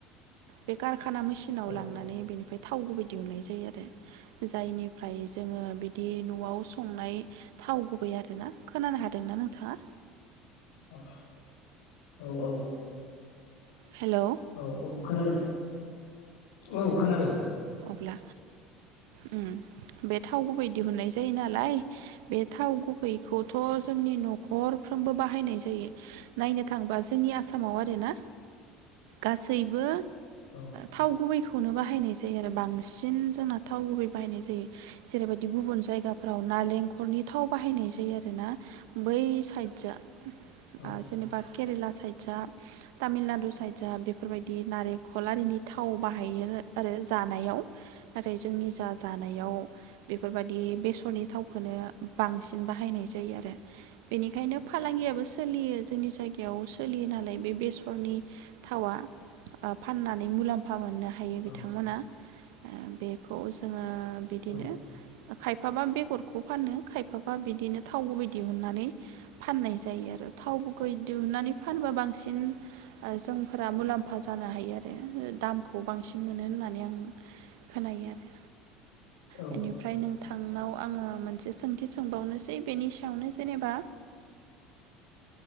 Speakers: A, on the right; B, on the left.
A: बे कारख खाना मेसिनाव
B: औ
A: लांनानै बेनि ओमफ्राय थाव गुबै दिहुननाय जायो आरो जायनिफ्राय जोङो बिदि नआव संनाय थाव गुबै आरोना खोनानो हादोंना नो थाङा
B: औ औ औ
A: हेलौ
B: औ औ खोनादों <unintelligible> औ खोनादों
A: ब्ला उम बे थाव गुबै दिहुननाय जायो नाल लाय बे थाव गुबैखौथ जोंनि नखरफ्रोमबो बाहायनाय जायो नायनो थांबा जोंनि आसामाव आरोना गासै बो
B: औ
A: थाव गुबैखौ नो बाहायनाय जायो आरो बा बांसिन जोंना थाव गुबै बाहायनाय जायो जेरैबायदि गुबुन जायगाफोराव नालेंखरनि थाव बाहायनाय जायो आरोना बै साइडजों
B: औ
A: ओ जेनेबा केरेला साइदजा तामिलनाडु साइडजा बे बेफोरबायदि नारेंखल आरिनि थाव बा बाहायो आरो जानायाव नाथाय जोंनि जा जानायाव बेफोरबायदि बेसरनि थावखोनो बांसिन बाहायनाय जायो आरो बेनिखायनो फालांगियाबो सोलियो जोंनि जायगायाव सोलियो नालाय बे बेसरनि थावा ओ फाननानै मुलाम्फा मोननो हायो बिथांमोना
B: औ
A: बेखौ जोङो। बिदिनो।
B: औ
A: खायफाबा बेगरखौ फानो खायफाबा बिदिनो थाव गुबै दिहुननानै फाननाय जायो आरो थाव गुबै दिहुननानै फानबा बांसिन जोंफोरा मुलाम्फा जानो हायो आरो दामखौ। बांसिन। मोनो होननानै आं खोनायो आरो।
B: औ
A: बेनिफ्राय नों। नोंथांनाव आं मोनसे सोंथि सोंबावनोसै बेनि सायावनो जेनेबा